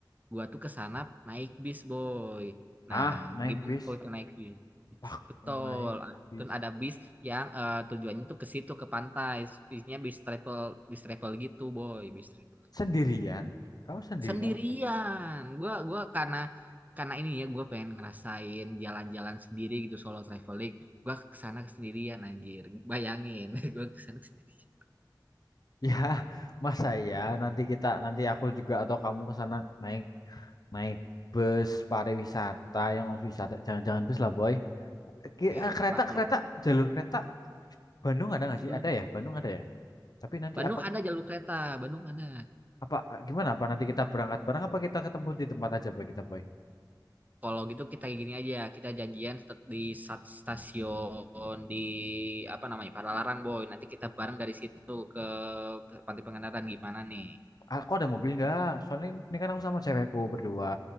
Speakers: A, on the right; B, on the left.
A: Gua tuh ke sana naik bis, Boy. Nah,
B: Ah naik
A: gimana
B: bis.
A: kalau kita naik bis?
B: Ah
A: Betul.
B: naik bis.
A: Dan ada bis yang eh, tujuannya tuh ke situ ke pantai. Bisnya bis travel, bis travel gitu, Boy, bis travel.
B: Sendirian. Kamu sendirian?
A: sendirian gua gua karena karena ini ya gua pengen ngerasain jalan-jalan sendiri gitu solo traveling gua kesana sendirian anjir bayangin <laughs> gua kesana sendirian
B: Ya <laughs> masa ya nanti kita nanti aku juga atau kamu ke sana naik naik bus pariwisata yang harus wisata jangan-jangan bus lah boy Ki-
A: kayak
B: eh, kereta
A: apa kalau
B: kereta jalur kereta Bandung ada nggak
A: jalur
B: sih ada ya Bandung ada ya tapi nanti
A: Bandung
B: apa
A: ada jalur kereta Bandung ada
B: apa gimana apa nanti kita berangkat bareng apa kita ketemu di tempat aja boy kita boy
A: kalau gitu kita kayak gini aja kita janjian tetap di sat- stasiun di apa namanya Padalarang boy nanti kita bareng dari situ ke Pantai Pengandaran gimana nih
B: aku ada mobil nggak soalnya ini ini kan aku sama cewekku berdua